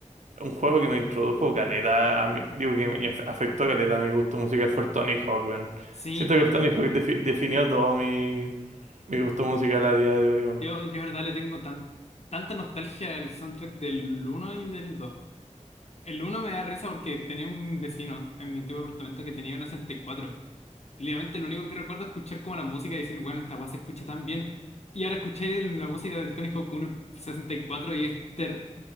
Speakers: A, on the right; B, on the left.
A: un juego que me introdujo caleta, a mi, digo que me inf- afectó caleta a mi gusto musical fue el Tony Hawk, weón.
B: Sí,
A: Siento
B: no.
A: que el Tony
B: eh,
A: Hawk defi- definió todo mi, mi gusto musical a día de hoy,
B: Yo, yo, de verdad, le tengo tan, tanta nostalgia al soundtrack del uno y del dos El uno me da risa porque tenía un vecino en mi antiguo apartamento que tenía una 64. Y cuatro. Y obviamente lo único que recuerdo es escuchar como la música y decir, bueno, esta weá se escucha tan bien. Y ahora escuché el- la música del Tony Hawk 1 en 64 y es ter...